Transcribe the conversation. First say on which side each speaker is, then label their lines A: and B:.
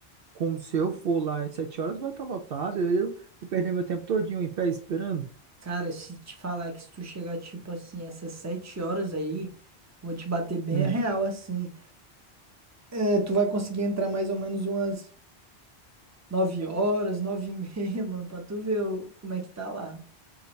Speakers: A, on the right; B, on the right.
A: como se eu for lá às sete horas, vai estar lotado. Eu vou perder meu tempo todinho em pé esperando.
B: Cara, se te falar que se tu chegar, tipo assim, essas sete horas aí, vou te bater bem
A: Uhum.
B: real, assim. É, tu vai conseguir entrar mais ou menos umas nove horas, nove e meia, <laughs> mano, pra tu ver o- como é que tá lá.